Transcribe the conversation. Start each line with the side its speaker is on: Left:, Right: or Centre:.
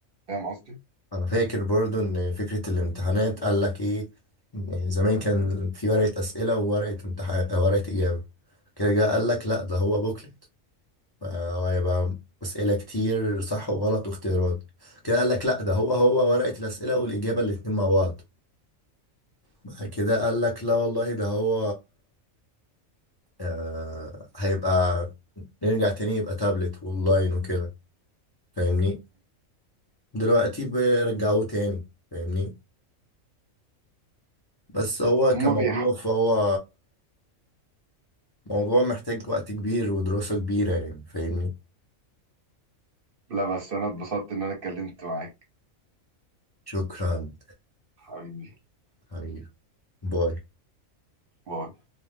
Right: فاهم قصدي؟
Left: انا فاكر برضو ان فكرة الامتحانات قال لك ايه إن زمان كان في ورقة اسئلة وورقة امتحان آه، ورقة اجابة كده جه قال لك لا ده هو بوكلت آه، هو هيبقى اسئلة كتير صح وغلط واختيارات كده قال لك لا ده هو هو ورقة الاسئلة والاجابة الاتنين مع بعض بعد كده قال لك لا والله ده هو آه، هيبقى نرجع تاني يبقى تابلت واونلاين وكده فاهمني دلوقتي بيرجعوه تاني فاهمني بس هو كموضوع
Right: هم بيح
Left: فهو موضوع محتاج وقت كبير ودراسة كبيرة يعني فاهمني
Right: لا بس أنا اتبسطت إن أنا اتكلمت معاك
Left: شكرا
Right: حبيبي
Left: حبيبي باي
Right: باي